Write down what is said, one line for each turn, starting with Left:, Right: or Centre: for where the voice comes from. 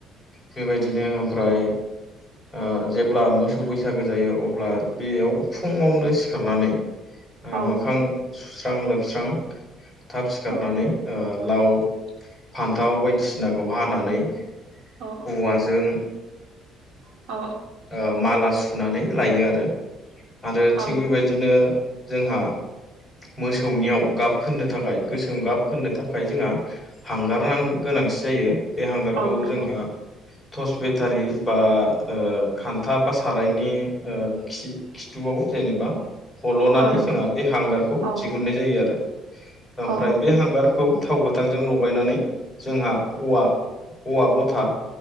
Centre: बेबायदिनो ओमफ्राय ओ जेब्ला मोसौ बैसागो जायो अब्ला बेयाव फुङावनो सिखारनानै
Right: औ
Centre: मोखां सुस्रां लोबस्रां। थाब सिखारनानै
Right: औ
Centre: ओ लाव फान्थाव बायदिसिनाखौ हानानै
Right: औ
Centre: औवाजों
Right: औ
Centre: ओ माला सु सुनानै लायो आरो आरो थिग
Right: औ
Centre: बेबायदिनो जोंहा मोसौनियाव गाब फोननो थाखाय गोसोम गाब फोननो थाखाय जोंहा हांगार गोनां। गोनांथि जायो बे हांगारखौ
Right: औ नंगौ
Centre: जोंहा टर्स बेटारि बा ओ खान्था बा सारायनि ओ खि-खिथुआव जेनेबा हल'नानै
Right: औ नंगौ
Centre: जोंहा बे हांगारखौ
Right: औ
Centre: दिहुननाय जायो आरो ओमफ्राय
Right: औ
Centre: बे हांगारखौ थाव गोथांजों लगायनानै जोंहा औवा औवा गथा